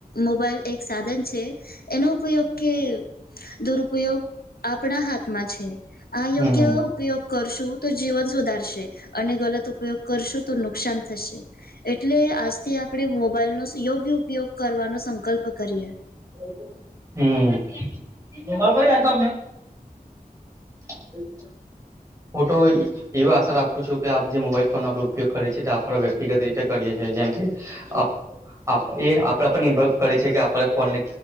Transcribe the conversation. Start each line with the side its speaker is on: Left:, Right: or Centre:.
Left: મોબાઈલ એક સાધન છે. એનો કોઈ ઉકેલ દુરુપયોગ આપણા હાથમાં છે આયોગ્ય
Right: હમ
Left: ઉપયોગ કરશું તો જીવન સુધારશે અને ગલત ઉપયોગ કરશું તો નુકસાન થશે. એટલે આજથી આપણે મોબાઈલ નો યોગ્ય ઉપયોગ કરવાનો સંકલ્પ કરીએ.
Right: <unintelligible> <inaudible> ફોટો એવી આશા રાખું છું કે આપ જે મોબાઈલ ફોન આપડ ઉપયોગ કરીએ છીએ તો આપણે વ્યક્તિગત રીતે કરીએ છીએ જેમ કે <unintelligible> એ આપડા પણ નિભ કરે છે કે આપ ફોનને